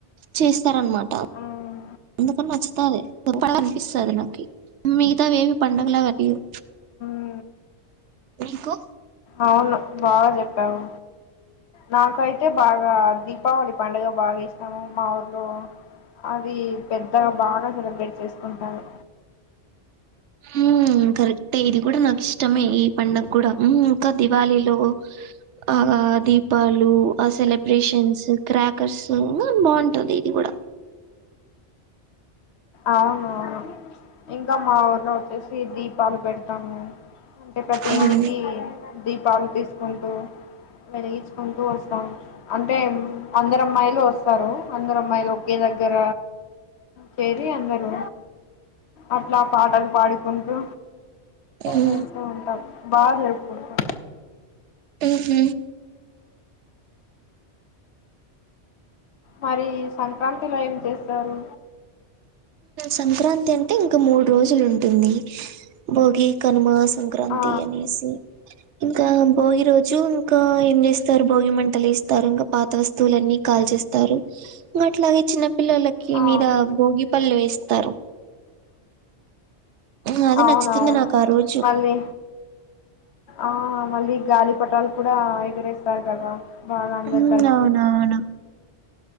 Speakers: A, on the right (about 80°); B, on the left (about 70°).
A: చేస్తారనమాట
B: మ్మ్,
A: అందుకని నచ్చుతాది <unintelligible> అనిపిస్తాది నాకి మిగతావేవి పండగలా అగుపియ్యావు
B: ఆ
A: ఎందుకొ
B: అవును బాగా చెప్పావు నాకయితే బాగా దీపావళి పండుగ బాగా ఇష్టము మా ఊర్లో అది పెద్దగా బాగా సెలబ్రేట్ చేసుకుంటారు
A: మ్మ్ కరెక్టే ఇది కూడా నాకు ఇష్టమే ఈ పండగ కూడా మ్మ్ ఇంకా దివాళీలో ఆ దీపాలు ఆ సెలబ్రేషన్స్ క్రాకర్స్ బాగుంటాది ఇది కూడా
B: అవునవును ఇంకా మా ఊర్లో వచ్చేసి దీపాలు పెడతాము అంటే ప్రతి
A: ఉమ్
B: ఇంటికి దీ పాలు తీసుకుంటూ వెలిగించుకుంటూ వస్తాం అ అంటే అందరు అమ్మాయిలు వస్తారు అందరు అమ్మాయిలు ఒకే దగ్గర చేరి అందరూ అట్లా పాటలు పాడుకుంటూ
A: ఉమ్
B: కుంటు ఉంటాం బాగా జరుపుకుంటాం
A: మ్మ్
B: మరి సంక్రాంతిలో ఏం చేస్తారు
A: సంక్రాంతి అంటే ఇంకా మూడు రోజులు ఉంటుంది భోగి కనుమస్ సంక్రాంతి
B: ఆ
A: అనేసి ఇంకా భోగి రోజు ఇంకా ఏం చేస్తారు భోగి మంట ఎస్తారు ఇంకా పాత వస్తువులన్నీ కాల్చేస్తారు ఇంగా అట్లానే చిన్న పిల్లొల్లకి
B: ఆ
A: మీద భోగి పళ్ళు వేస్తారు ఉమ్, అది
B: అవునవును
A: నచ్చుతుంది నాకు ఆ రోజు
B: మళ్ళీ ఆ మళ్ళీ గాలి పటాలు కూడా ఎగిరేస్తారు కదా బాగా అందరు
A: ఉమ్,
B: కలిసి
A: అవునవును